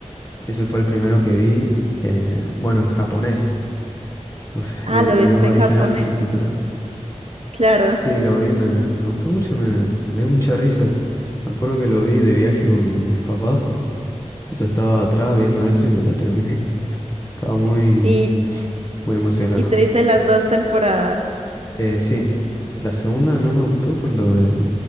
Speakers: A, on the left; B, on the right.
A: Ese fue el primero que vi, eh, bueno, en japonés, <laughs> entonces
B: Ah,
A: en,
B: lo
A: en
B: viste
A: idioma original
B: en japonés.
A: y subtitulado.
B: Claro.
A: Sí, lo vi, me, me gustó mucho, me, me dio mucha risa. Me acuerdo que lo vi de viaje con mis papás. Yo estaba atrás viendo eso y me lo terminé. <laughs> Estaba muy,
B: Y,
A: muy emocionado.
B: y te dice las dos temporadas.
A: Eh, sí, la segunda no me gustó por lo del